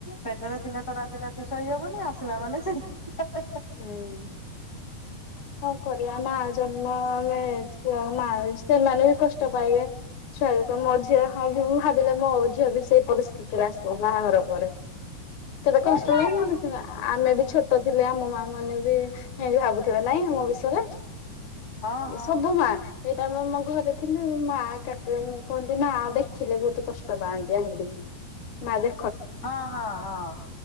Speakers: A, on the left (about 45°); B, on the left (about 60°).
A: ପେଟରେ ଥିଲେ ତ ରାତି ରାତି ସହି ହବନି ଆସିଲା ମାନେ ସେଇ ହେ-ହେ-ହେ।
B: ହୁଁ। କଣ କରିବା ମା ଜନ୍ମ ଆମେ ମା ସେମାନେ ବି କଷ୍ଟ ପାଇବେ। ଛୁଆ ତ ମୋ ଝିଅ ହବ ମୁଁ ଭାବିଲେ ମୋ ଝିଅ ବି ସେଇ ପରିସ୍ଥିତିରେ ଆସିବ ବାହାଘର ପରେ। କେତେ
A: ହଁ
B: କଷ୍ଟ
A: ହଁ
B: କଣଥିଲା ଆମେ ବି ଛୋଟ ଥିଲେ ଆମ ମା ମାନେ ବି ହେଇକି ଭାବୁଥିବେ ନାଇଁ ମୋ ବିଷୟରେ
A: ହଁ ହଁ
B: ସବୁ ମା ସେଇଟା ଆମ-ମ-ମ ଘରେ ଥିଲ ମା କାକା କୁହନ୍ତି ନା ଦେଖିଲେ ବହୁତ କଷ୍ଟ ପାଆନ୍ତି ହେ ମାରେ
A: ହଁ ହଁ ହଁ